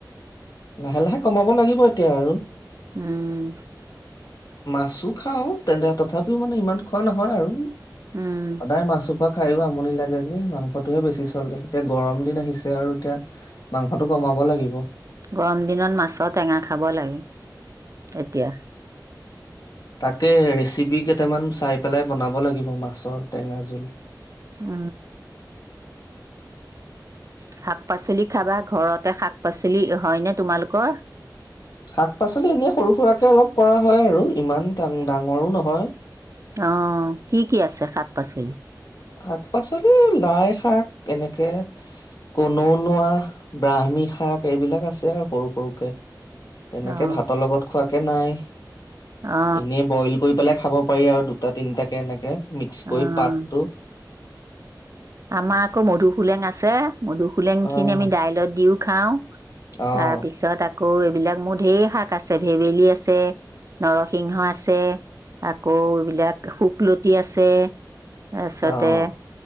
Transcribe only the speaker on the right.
উম
উম
গৰম দিনত মাছৰ টেঙা খাব লাগে এতিয়া
অ শাক পাচলি খাবা ঘৰতে শাক পাচলি হয়নে তোমালোকৰ
অ কি কি আছে শাক পাচলি
অ
অ
অ
আমাৰ আকৌ মধু সোলেং আছে মধুসোলেং
খিনি আমি দাইলত দিও খাওঁ
তাৰ পিছত আকৌ এইবিলাক মোৰ ঢেৰ শাক আছে ভেবেলী আছে নৰসিংহ আছে আকৌ এইবিলাক শুকলতি আছে আছতে